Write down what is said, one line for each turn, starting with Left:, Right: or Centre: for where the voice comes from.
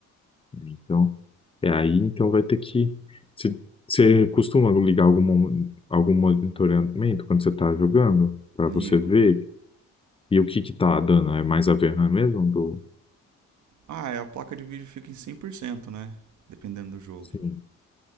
Left: Então, é aí, então vai ter que. Você você costuma ligar algum, mo- algum monitoramento quando você tá jogando? Pra você
Right: Ligo.
Left: ver E o que que tá dando? É mais a VRAM mesmo? Do...
Right: Ah, é, a placa de vídeo fica em 100%, né? Dependendo do jogo.
Left: Sim,